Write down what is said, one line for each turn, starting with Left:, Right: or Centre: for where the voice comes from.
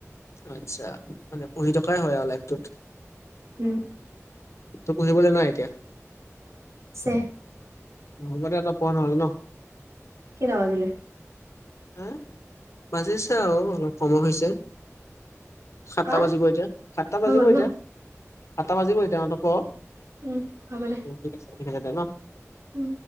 Left: আচ্ছা মানে পঢ়ি থকাই হয় আৰু লাইফটোত
Right: উম
Left: তোৰ পঢ়িবলৈ নাই এতিয়া
Right: আছে
Left: মুঠতে একদম ফোন হ'ল ন
Right: কেইটা বাজিলে
Left: হে বাজিছে আৰু অলপ সময় হৈছে সাতটা
Right: হা
Left: বাজিব এতিয়া সাতটা
Right: হৈ
Left: বাজিব
Right: গ'ল
Left: এতিয়া
Right: ন
Left: সাতটা বাজিব এতিয়া অহ তই প
Right: উম হব দে
Left: ঠিক আছে ঠিক আছে দে ন
Right: উম